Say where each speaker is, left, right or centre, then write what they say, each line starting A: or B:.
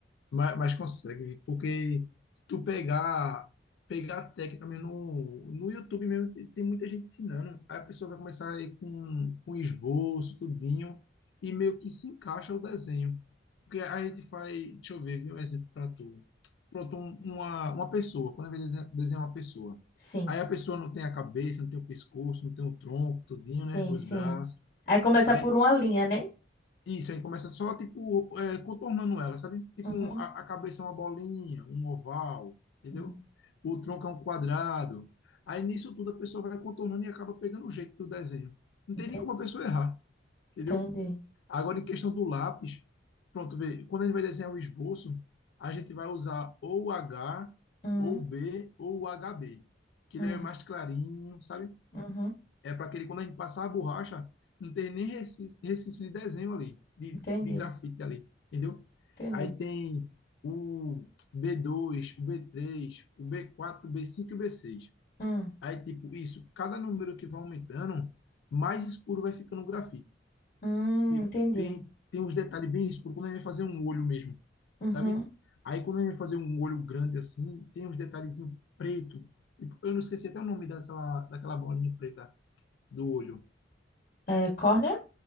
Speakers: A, on the left; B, on the left.
A: Mas, mas consegue, porque se tu pegar, pegar a técnica mesmo no, no YouTube mesmo, tem, tem muita gente ensinando. Aí a pessoa vai começar aí com, com esboço, tudinho, e meio que se encaixa o desenho. Porque a gente faz, deixa eu ver, vi um exemplo para tu. Pronto, um- uma, uma pessoa, quando a gente desenha desenha uma pessoa.
B: Sim,
A: Aí a pessoa não tem a cabeça, não tem o pescoço, não tem o tronco, tudinho,
B: sim,
A: né? Os
B: sim.
A: braços.
B: Aí começa
A: aí
B: por uma linha, né?
A: isso, aí começa só, tipo, é, contornando ela, sabe? Tipo,
B: Uhum,
A: um- a, a cabeça é uma bolinha, um oval, entendeu?
B: uhum.
A: O tronco é um quadrado. Aí nisso tudo a pessoa vai contornando e acaba pegando o jeito do desenho. Não tem
B: Entendi.
A: nem como a pessoa errar, entendeu?
B: Entendi.
A: Agora, em questão do lápis, pronto, vê, quando a gente vai desenhar o esboço, a gente vai usar ou o H,
B: Uhum,
A: ou o B, ou o H b, que
B: uhum,
A: ele é mais clarinho, sabe?
B: uhum.
A: É para aquele, quando a gente passar a borracha, não ter nem resquício, resquício de desenho ali, de,
B: Entendi.
A: de grafite ali, entendeu?
B: Entendi.
A: Aí tem o b dois, o b três, o b quatro, o b cinco e o b seis.
B: Hum,
A: Aí, tipo, isso, cada número que vai aumentando, mais escuro vai ficando o grafite.
B: hum,
A: Tipo,
B: entendi.
A: Tem, tem uns detalhes bem escuros, quando a gente vai fazer um olho mesmo,
B: Uhum.
A: sabe? Aí, quando a gente vai fazer um olho grande assim, tem uns detalhezinhos preto. Tipo, eu não esqueci até o nome daquela, daquela bolinha preta do olho.
B: É, córnea?